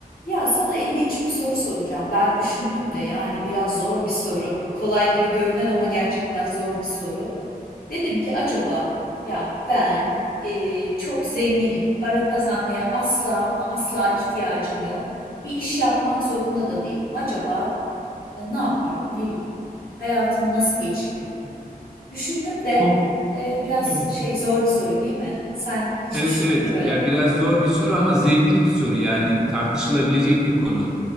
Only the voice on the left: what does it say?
Ya sana ilginç bir soru soracağım. Ben düşündüm de yani biraz zor bir soru. Kolay gibi görünen ama gerçekten zor bir soru. Dedim ki acaba ya ben eee, çok zenginim. Para kazanmaya asla ama asla ihtiyacım yok. Bir iş yapmak zorunda da değilim. Acaba e, ne yapardım ne bileyim. Hayatımı nasıl geçirirdim? Düşündüm de
e, biraz
şey zor bir soru değil mi? Sen hiç
düşündün
mü böyle?